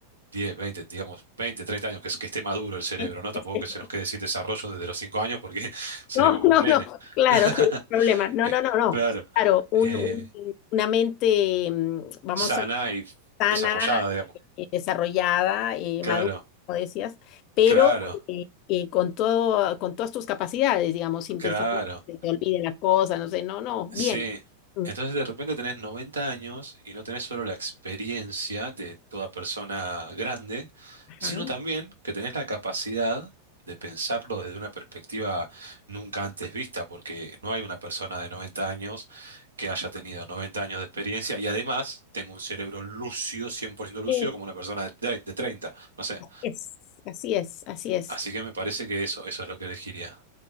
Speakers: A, on the right (about 75°); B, on the left (about 40°).
A: 10 20 digamos, 20 30 años, que, es- que esté maduro el cerebro,
B: sí.
A: ¿no? Tampoco
B: es que-
A: que se nos quede sin desarrollo desde los 5 años porque <laughs> seremos
B: No, no,
A: como un nene.
B: no, claro,
A: <laughs>
B: sería un problema. No,
A: Eh,
B: no, no, no.
A: Claro,
B: Claro, un,
A: eh,
B: un- una mente, mm, vamos
A: sana
B: a
A: y
B: sana,
A: desarrollada, digamos.
B: eh, desarrollada, eh,
A: Claro,
B: madura, como decías, pero
A: claro,
B: eh, eh, con todo, con todas tus capacidades, digamos, sin
A: claro.
B: pensar que se te olviden las cosas, no sé, no, no,
A: Sí,
B: bien. Mm,
A: entonces de repente tenés 90 años y no tenés solo la experiencia de toda persona grande,
B: Ajá.
A: sino también que tenés la capacidad de pensarlo desde una perspectiva nunca antes vista, porque no hay una persona de 90 años que haya tenido 90 años de experiencia y además tengo un cerebro lúcido, 100% lúcido,
B: Sí,
A: como una persona de, de 30, no sé.
B: es, así es, así es.
A: Así que me parece que eso, eso es lo que elegiría.